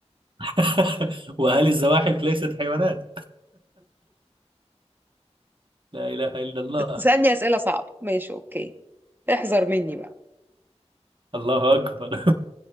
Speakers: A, on the right; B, on the right.
A: <laughs> وهل الزواحف ليست حيوانات؟ لا إله إلا الله
B: تسألني اسئلة صعبة ماشي اوكي احذر مني بقى
A: الله أكبر